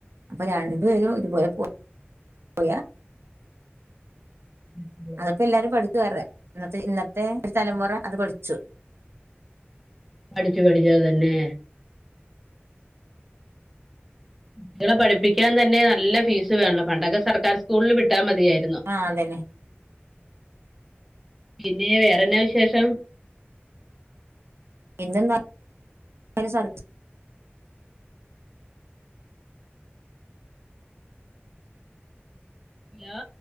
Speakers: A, on the right (about 70°); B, in the centre.
A: അപ്പൊ രണ്ടുപരും ഒരുപോലെ പോ പോയാ
B: ആഹ്
A: അതിപ്പോ എല്ലാരും പഠിച്ചു <unintelligible> ഇന്നത്തെ ഇന്ന ത്തെ ഒരു തലമുറ അത് പഠിച്ചു
B: പഠിച്ചു പഠിച്ചു അതന്നെ മക്കളെ പഠിപ്പിക്കാൻ തന്നെ നല്ല ഫീസ് വേണം പണ്ടൊക്കെ സർക്കാർ സ്കൂളി വിട്ടാൽ മതിയാരുന്നു.
A: ആഹ് അതന്നെ
B: പിന്നെ വേറെന്നാ വിശേഷം?
A: പിന്നെന്താ സർ
B: ഹലോ